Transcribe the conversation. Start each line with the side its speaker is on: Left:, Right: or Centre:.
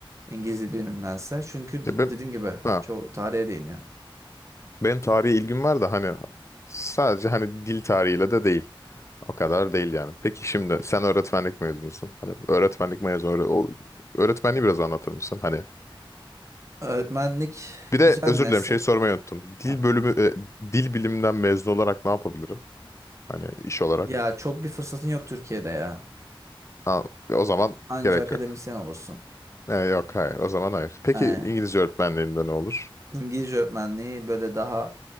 Right: İngilizce bilimindense Çünkü
Left: Ya
Right: d-
Left: ben,
Right: dediğim gibi
Left: ha,
Right: çoğu tarihe değiniyor.
Left: benim tarihe ilgim var da hani sadece hani dil tarihiyle de değil. O kadar değil yani. Peki şimdi sen öğretmenlik mezunusun. Hani öğretmenlik mezunu öğre- o öğretmenliği biraz anlatır mısın? Hani
Right: Öğretmenlik
Left: bir de
Right: güzel
Left: özür
Right: meslek.
Left: dilerim şey sormayı unuttum. Dil
Right: Hah.
Left: bölümü e, dil bilimden mezun olarak ne yapabilirim? Hani iş olarak.
Right: Ya çok bir fırsatın yok Türkiye'de ya.
Left: Ha, o zaman
Right: Anca
Left: gerek
Right: akademisyen
Left: yok.
Right: olursun.
Left: E, yok hayır. O zaman hayır. Peki
Right: Aynen.
Left: İngilizce öğretmenliğinde ne olur?
Right: İngilizce öğretmenliği böyle daha